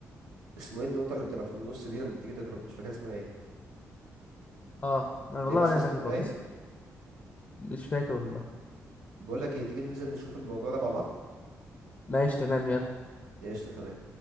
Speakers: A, on the right; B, on the left.
A: اسمه ايه النقطة اللي بتبقى في النص دي لما بتيجي تضرب مش فاكر اسمها ايه
B: اه ما
A: نيم
B: والله
A: اسيستنت
B: انا فاكر برضه
A: باين
B: مش فاكر والله
A: بقول لك ايه تيجي ننزل نشوف الموضوع ده مع بعض
B: ماشي تمام يلا
A: قشطة تمام